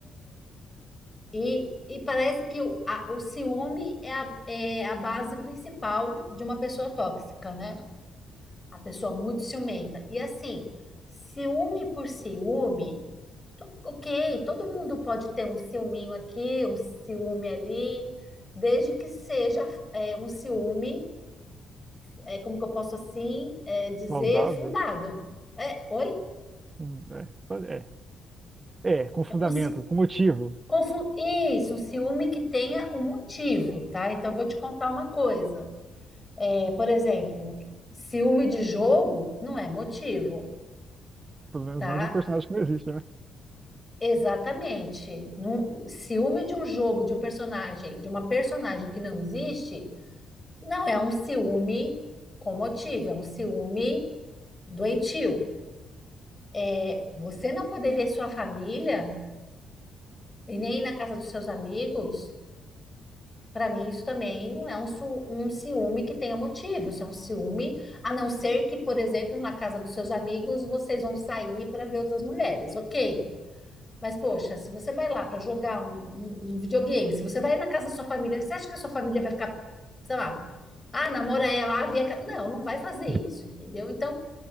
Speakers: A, on the left; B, on the right.
A: e, e parece que o, a- o ciúme é a, é a base principal de uma pessoa tóxica, né? A pessoa muito ciumenta. E assim, ciúme por ciúme, to- ok, todo mundo pode ter um ciúminho aqui, um ciúme ali, desde que seja é, um ciúme, é, como que eu posso assim é, dizer,
B: saudável.
A: fundado. É, oi?
B: Hum, É, é, é, com fundamento,
A: Um, ci-
B: com motivo.
A: confu- Isso, um ciúme que tenha um motivo, tá? Então, eu vou te contar uma coisa. É, por exemplo, ciúme de jogo não é motivo,
B: Pelo menos
A: tá?
B: não de um personagem que não existe, né?
A: Exatamente. Num- ciúme de um jogo, de um personagem, de uma personagem que não existe, não é um ciúme com motivo, é um ciúme doentio. É, Você não poder ver sua família e nem ir na casa dos seus amigos, para mim isso também não é um, su- um ciúme que tenha motivo. Isso é um ciúme, a não ser que, por exemplo, na casa dos seus amigos vocês vão sair para ver outras mulheres, ok? Mas, poxa, se você vai lá para jogar um, um- um videogame, se você vai na casa da sua família, você acha que a sua família vai ficar, sei lá, ah, namora ela, ah, vê aquela. Não, não vai fazer isso,
B: <laughs>
A: entendeu? Então,